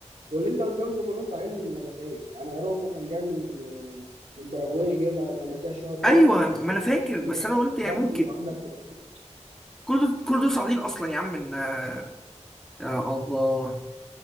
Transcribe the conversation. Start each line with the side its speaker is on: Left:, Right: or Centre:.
Right: واللي انت قلتهم دول كلهم طالعين من لمسيه يعني اروخو كان جاي من من الباراجواي جه على اللمسيه شويه وطلع
Centre: ايوه ما
Right: وعندك
Centre: انا فاكر بس انا قلت
Right: بارسي
Centre: يعني ممكن
Right: وعندك كريستيانو
Centre: كل دول كل دول صاعدين اصلا يا عم من آه، يا الله